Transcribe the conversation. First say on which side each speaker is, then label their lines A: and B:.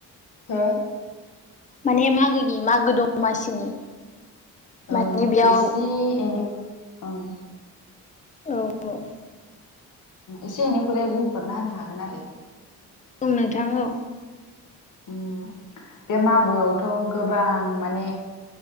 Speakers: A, on the left; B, on the left.
A: हो?
B: माने मागोनि मागो दमासिनि। माने
A: ओं
B: बेयाव
A: एसे एनै ओं
B: औ औ।
A: एसे एनैखौलाय बुंफोरना होनो हागोन आरो।
B: नोंथां औ
A: उम बे मागोआवथ' गोबां माने